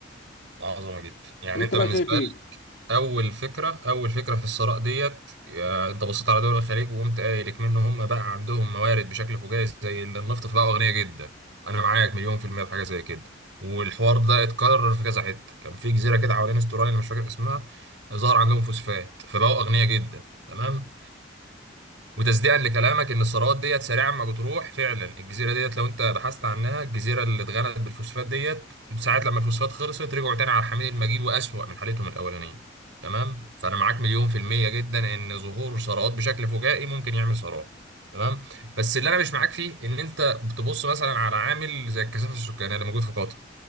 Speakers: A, on the right; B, on the left.
A: عظمة جدا يعني
B: انت
A: أنت
B: بقى
A: بالنسبة
B: شايف ايه
A: اول فكره اول فكره في الثراء ديت آه، انت بصيت على دول الخليج وقمت قايل منه هم بقى عندهم موارد بشكل فجائي زي اللي النفط فبقوا اغنياء جدا انا معاك مليون في المية في حاجه زي كده والحوار ده اتكرر في كذا حته كان في جزيره كده حوالين استراليا انا مش فاكر اسمها ظهر عندهم فوسفات فبقوا اغنياء جدا تمام وتصديقا لكلامك ان الثروات ديت سريعا ما بتروح فعلا الجزيره ديت لو انت بحثت عنها الجزيره اللي اتغنت بالفوسفات ديت ساعات لما الفوسفات خلصت رجعوا تاني على الحميد المجيد واسوأ من حالتهم الاولانيه تمام فانا معاك مليون في الميه جدا ان ظهور ثروات بشكل فجائي ممكن يعمل ثروات تمام بس اللي انا مش معاك فيه ان انت بتبص مثلا على عامل زي الكثافه السكانيه اللي موجود في قطر